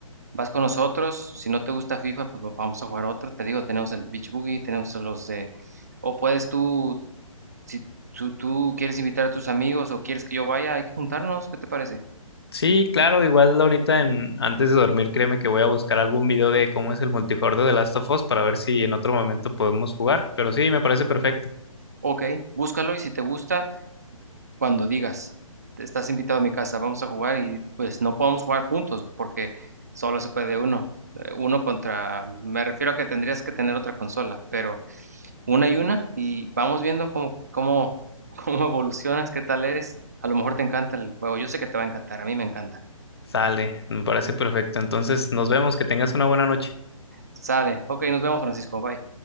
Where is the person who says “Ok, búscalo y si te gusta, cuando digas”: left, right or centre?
Right